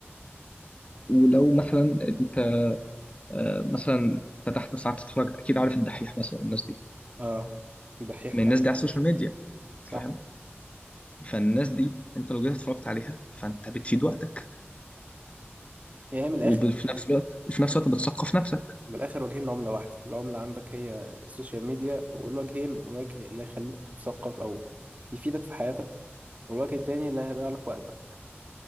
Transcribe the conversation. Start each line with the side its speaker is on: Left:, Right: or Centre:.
Left: ولو مثلا انت آه، مثلا فتحت ساعات تتفرج اكيد عارف الدحيح مثلا والناس دي
Right: أه دحيح
Left: من الناس دي على السوشيال ميديا
Right: صح
Left: فاهم فالناس دي انت لو جيت اتفرجت عليها فانت بتفيد وقتك
Right: يعني هي من الآخر
Left: وفي نفس الوقت في نفس الوقت بتثقف نفسك
Right: من الاخر وجهين لعمله واحده العمله عندك هي السوشيال ميديا والوجهين وجه اللي هيخليك تتثقف او يفيدك في حياتك والوجه التاني اللي هيضيع لك وقتك